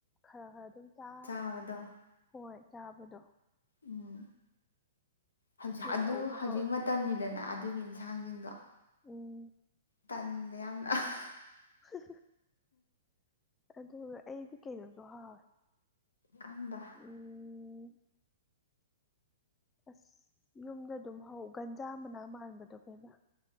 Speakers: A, on the left; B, on the left.
A: ꯈꯔ ꯈꯔ ꯑꯗꯨꯝ ꯆꯥ
B: ꯆꯥꯕꯗꯣ
A: ꯍꯣꯏ ꯆꯥꯕꯗꯣ
B: ꯎꯝ ꯍꯧꯖꯤꯛ ꯑꯗꯨ
A: ꯇꯧꯕ
B: ꯍꯧꯖꯤꯛ
A: ꯍꯧꯔꯦ
B: ꯃꯇꯝꯅꯤꯗꯅ ꯑꯗꯨꯒꯤ ꯏꯟꯁꯥꯡꯁꯤꯡꯗꯣ
A: ꯎꯝ
B: ꯇꯟꯗꯦ ꯌꯥꯝꯅ ꯑꯍ
A: ꯑꯍ ꯍ ꯑꯗꯨꯒ ꯑꯩꯗꯤ ꯀꯩꯅꯣꯁꯨ ꯍꯥꯎꯋꯦ
B: ꯀꯝꯕ
A: ꯎꯝ ꯑꯁ ꯌꯨꯝꯗ ꯑꯗꯨꯝ ꯍꯧ ꯒꯟꯖꯥ ꯃꯅꯥ ꯃꯥꯟꯕꯗꯣ ꯀꯩꯕ